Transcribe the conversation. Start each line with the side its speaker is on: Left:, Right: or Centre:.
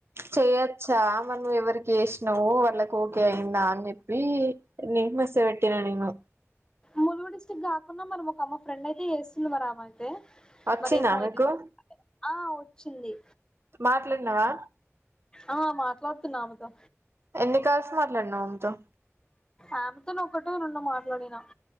Right: చేయొచ్చా మనం ఎవరికి చేసినవ్ వాళ్ళకి ఓకే అయిందా అని చెప్పి నే మెస్ పెట్టిన నీ ను
Left: ములుగు డిస్టిక్ కాకుండా మనం ఒక ఆమె ఫ్రెండ్ అయితే చేస్తుంది మారామె తే
Right: వచ్చిందా
Left: మరేమో
Right: ఆమెకు
Left: ఆ వచ్చింది
Right: మాట్లాన్నవ్వా
Left: ఆ మాట్లాడుతున్నా ఆమెతో
Right: ఎన్ని కాల్స్ మాట్లాడినావు ఆమెతో
Left: ఆమెతోను ఒకటో రెండో మాట్లాడిన